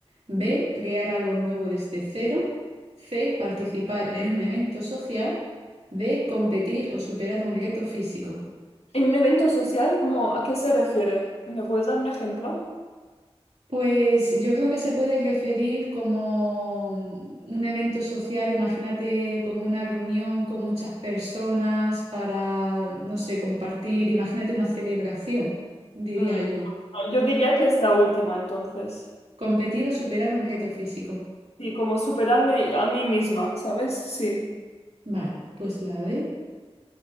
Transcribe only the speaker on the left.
Ujú.
En un evento social, ¿cómo, a qué se refiere? ¿Me puedes dar un ejemplo?
Mm,
no, Yo diría que es la última, entonces.
Sí, como superarme a mí misma, ¿sabes? Sí.